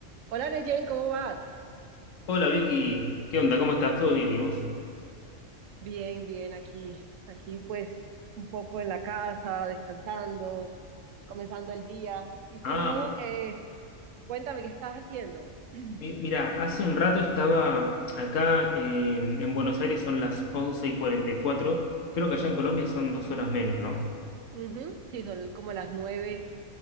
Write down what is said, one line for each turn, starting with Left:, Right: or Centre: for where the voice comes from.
Right: Hola Neyen, ¿cómo vas?
Left: Hola Vicky, ¿qué onda? ¿Cómo estás? ¿Todo bien? ¿Y vos?
Right: Bien, bien, aquí, aquí pues un poco en la casa, descansando, comenzando el día. Y tú,
Left: Ah,
Right: eh, cuéntame qué estás haciendo. <clears throat>
Left: mi- mira, hace un rato estaba acá eh, en Buenos Aires, son las 11 y 44. Creo que allá en Colombia son dos horas menos, ¿no?
Right: Ujú, Sí, son como las nueve